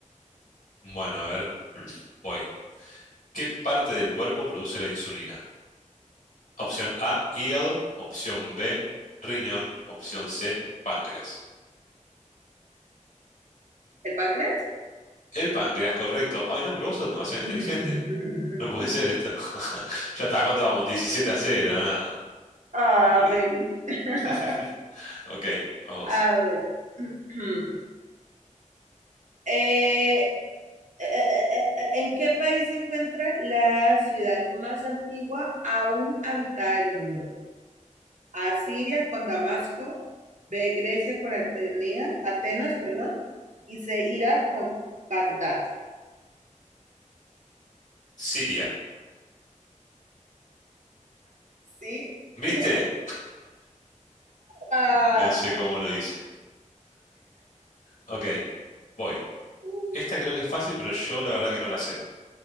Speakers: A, on the left (about 85°); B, on the right (about 70°).
A: Bueno, a ver, voy. ¿Qué parte del cuerpo produce la insulina? Opción A, hígado. Opción B, riñón. Opción C, páncreas.
B: ¿El páncreas?
A: El páncreas, correcto. Ay, no, pero vos sos demasiado inteligente.
B: <laughs>
A: No puede ser esto. <laughs> Ya está, ¿cuánto vamos? 17 a cero. nada.
B: Ah,
A: Te morís.
B: maybe. <laughs>
A: <laughs> Ok, vamos.
B: A ver. <clears throat> Eh, eh, eh, eh, eh, ¿en qué país se encuentra la ciudad más antigua aún habitada del mundo? A Siria con Damasco, B Grecia con Atenea, Atenas, perdón, y C Ira con Bagdad.
A: Siria.
B: ¿Sí?
A: ¿Viste?
B: <laughs> Ah.
A: No sé cómo lo hice. Ok, voy.
B: Ok.
A: Esta creo que es fácil, pero yo la verdad que no la sé.